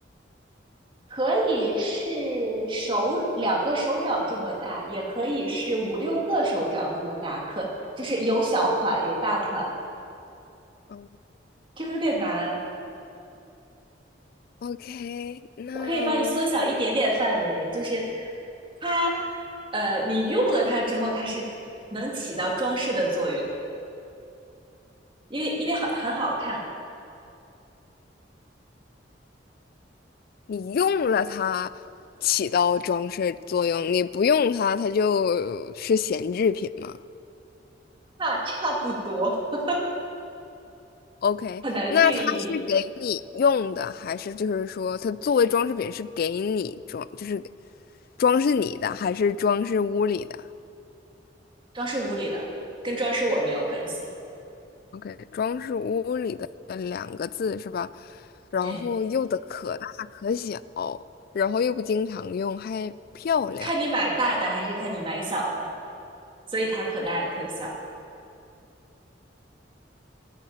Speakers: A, on the right (about 30°); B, on the left (about 55°).
A: 可以是手两个手掌这么大，也可以是五六个手掌那么大，可就是有小款有大款，
B: 哦
A: 这个有点难。
B: ，OK，那
A: 我可以帮你缩小一点点范围，就是它，呃，你用了它之后，它是能起到装饰的作用。因为因为很很好看，
B: 你用了它起到装饰作用，你不用它，它就是闲置品吗
A: 差差不多。<laughs>
B: ？OK，
A: 很难定义。
B: 那它是给你用的，还是就是说它作为装饰品是给你装，就是装饰你的，还是装饰屋里的
A: 装饰屋里的跟装饰我没有关系，
B: ？OK，装饰屋里的两个字是吧？然后又的可大可小，
A: 对，
B: 然后又不经常用，还漂亮。
A: 看你买大的还是看你买小的，所以它可大也可小。